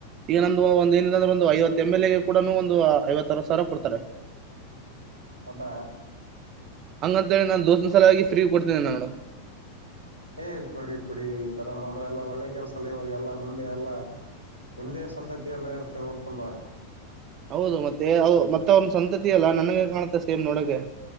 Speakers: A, on the right; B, on the left.
A: ಈಗ ನಂದು ಒಂದ ಏನಿಲ್ಲ ಅಂದ್ರೆ ಒಂದು ಐವತ್ತು ಎಂ ಎಲ್ ಎ ಗೆ ಕೂಡ ಒಂದು ಐವತ್ತಾರು ಸಾವರ ಕೊಡ್ತಾರೆ..
B: ಸಂಬ
A: ಹಂಗಂತೇಳಿ ನಾನು ದೋಸ್ತನ ಸಲಯಾಗಿ ಫ್ರೀ ಕೊಡ್ತೀನಿ ನ ನೋಡು..
B: ಏ ಕೊಡಿ ಕೋಡಿ ಈ ತರ ಮಾಡದೆಲ್ಲ ಒಳ್ಳೆ ಕೆಲ್ಸದಲ್ಲಿ ಇ ಹೋಗ ಎಲ್ಲಾ ಮುಂದೆ ಎಲ್ಲ.. ನಿಮ್ದೇ ಸಂತತಿಯ ಎಲ್ಲ ಇರುತ್ತೆ ಉಊರ್ಪಲ್ಲ..
A: ಹೌದು ಮತ್ತೆ ಮತ್ತ ಅವ್ರನ್ ಸಂತತಿಿಯಲ್ಲಾ ನನಗೆ ಕಾಣುತ್ತೆ ಸೇಮ್ ನೋಡಕ್ಕೆ